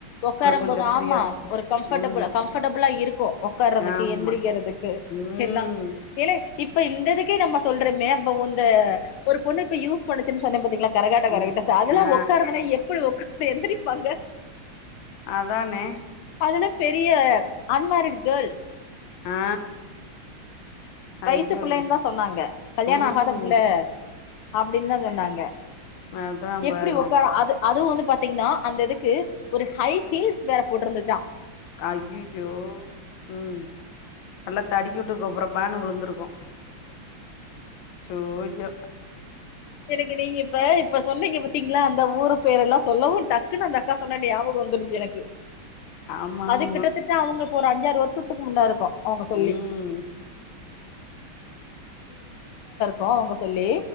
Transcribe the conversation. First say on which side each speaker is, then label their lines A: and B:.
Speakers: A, on the left; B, on the left.
A: உட்கார
B: கொஞ்சோ
A: போது
B: ஃப்ரீயா
A: ஆமா
B: இருக்கு
A: ஒரு கம்ஃபடபுள்
B: ம்
A: கம்ஃபர்ட்டபிளா இருக்கும் உட்காறதுக்கு
B: ஆமா
A: எந்திரிக்கிறதுக்கு
B: ம்
A: எல்லாம் ஏ இப்ப இந்ததுக்கே நம்ம சொல்றோமே அப்ப வ இந்த ஒரு பொண்ணு இப்ப யூஸ் பண்ணுச்சுன்னு சொன்னே பாத்தீங்களா கரகாட்ட கரகிட்ட
B: ம்
A: அதெல்லாம்
B: ஆ
A: உட்கார்துன எப்படி உக்கார இப்ப எந்திரிப்பாங்க
B: அதானே
A: அதென்ன பெரிய அன்மேரிட் கேள்
B: ஆ
A: வயசு
B: ஐயோயோ
A: புள்ளன்தா சொன்னாங்க கல்யாணோ
B: ம்
A: ஆகாத புள்ள அப்டின்னு தா சொன்னாங்க
B: அதா
A: எப்டி
B: பாருங்க
A: உக்காரு அது அது ஒன்னு பாத்தீங்கன்னா அந்த இதுக்கு ஒரு ஹை ஹில்ஸ் வேற போட்ருந்துச்சா
B: அய்யயோ ம் நல்லா தடுக்கி விட்டு பப்பரப்பனு விழுந்து டுகோ சோ யோ
A: எனக்கு நீங்க இப்ப இப்ப சொன்னீங்க பாத்தீங்களா அந்த ஊரு பேரு எல்லா சொல்லவு டக்குன்னு அந்த அக்கா சொன்ன ஞாபகோ வந்துருச்சு எனக்கு
B: ஆமா
A: அது
B: ஆமா
A: கிட்டத்தட்ட அவங்க ஒரு அஞ்சாறு வருஷத்துக்கு முன்ன இருக்கு அவங்க சொல்லி
B: ம்
A: கா அவங்க சொல்லி